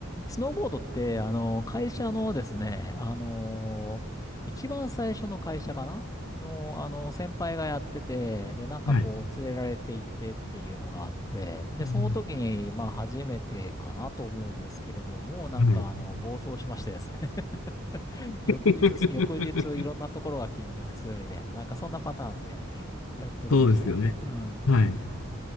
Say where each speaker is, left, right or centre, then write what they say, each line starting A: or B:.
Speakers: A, on the left; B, on the left.
A: スノーボードって、あの、会社のですね、あの、一番最初の会社かなの、あの、先輩がやってて、で、なんかこう、
B: はい、
A: 連れられて行ってっていうのがあって、で、その時に、
B: うん
A: まあ、初めてかなと思うんですけれども、なんか、
B: はい。
A: あの、暴走しましてですね、<laughs> 翌日、
B: <laughs>
A: 翌日、いろんなところが筋肉痛みたいな、なんかそんなパターンで <laughs> やっておりました。
B: そうですよね。
A: うん。
B: はい。